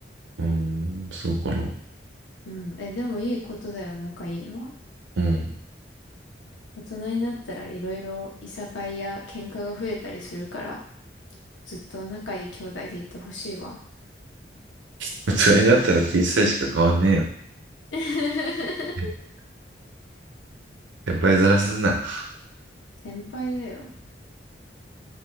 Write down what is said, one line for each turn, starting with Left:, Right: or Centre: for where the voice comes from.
Right: うーん、そうかな。
Left: うん。え、でもいいことだよ、仲いいのは。
Right: うん。
Left: 大人になったらいろいろいさかいや喧嘩が増えたりするから、ずっと仲いい兄弟でいてほしいわ。
Right: <laughs> そになったら T 歳しか変わんねえよ。
Left: <laughs>
Right: <laughs> 先輩ずらすな。
Left: 先輩だよ。